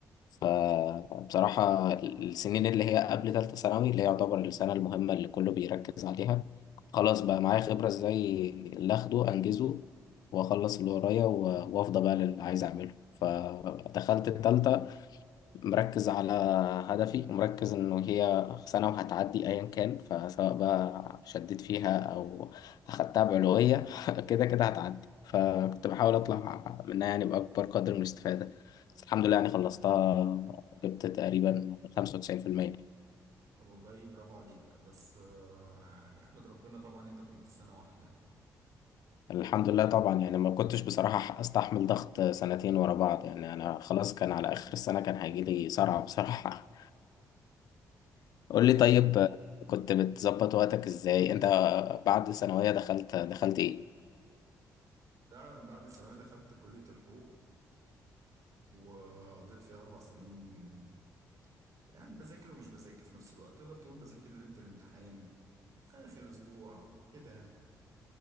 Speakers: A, on the left; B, on the right.
A: فبصراحه السنين اللي هي قبل ثالثه ثانوي اللي هي يعتبر السنه المهمه اللي كله بيركز عليها خلاص بقى معايا خبره ازاي اللي اخده انجزه واخلص اللي ورايا و- وافضى بقى للي عايز اعمله فدخلت الثالثه مركز على هدفي ومركز إنه هي سنة وهتعدي أيا كان فسواء بقى شديت فيها أو أخدتها بعلوية <laughs> كده كده هتعدي فكنت بحاول أطلع منها يعني بأكبر قدر من الاستفادة بس الحمد لله يعني خلصتها وجبت تقريبا 95%
B: طب والله برافو عليك بس آه، يعني احمد ربنا طبعا انت كنت سنه واحده
A: الحمد لله طبعا يعني ما كنتش بصراحة أستحمل ضغط سنتين ورا بعض يعني أنا خلاص كان على آخر السنة كان هيجيلي صرع بصراحة <laughs>
B: تمام.
A: قول لي طيب كنت بتظبط وقتك ازاي انت بعد ثانوية دخلت دخلت إيه؟
B: ده بعد الثانويه دخلت كليه الحقوق وقضيت فيها اربع سنين يعني بذاكر ومش بذاكر في نفس الوقت تقدر تقول بذاكر ليله الامتحان اخر اسبوع كده يعني.